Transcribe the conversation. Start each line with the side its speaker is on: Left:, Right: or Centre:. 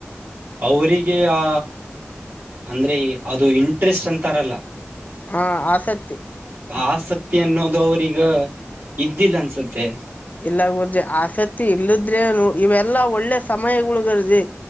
Right: ಅವರಿಗೆ ಆ ಅಂದರೆ ಈ. ಅದು ಇಂಟ್ರೆಸ್ಟ್ ಅಂತಾರಲ್ಲ.
Left: ಹ ಆಸಕ್ತಿ
Right: ಆಸಕ್ತಿ ಅನ್ನೋದು ಅವ್ರಗ ಇದ್ದಿಲ್ಲ ಅನ್ಸತ್ತೆ.
Left: ಇಲ್ಲ ಗೂರ್ಜಿ ಆಸಕ್ತಿ ಇಲ್ಲದ್ರೇನು ಇವೆಲ್ಲಾ ಒಳ್ಳೆ ಸಮಯಗಳಗರ್ಜಿ.